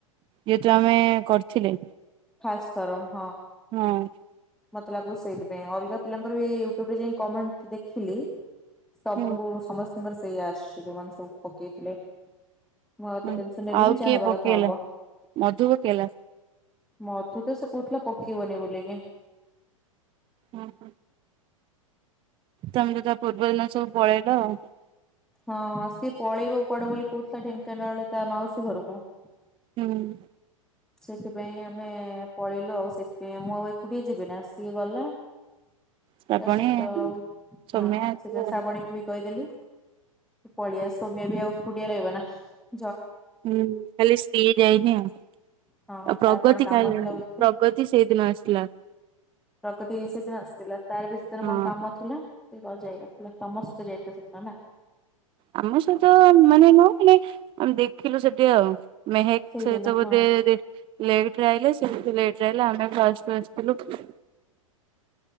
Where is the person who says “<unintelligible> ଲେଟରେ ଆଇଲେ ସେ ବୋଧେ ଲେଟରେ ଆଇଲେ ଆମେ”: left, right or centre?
Right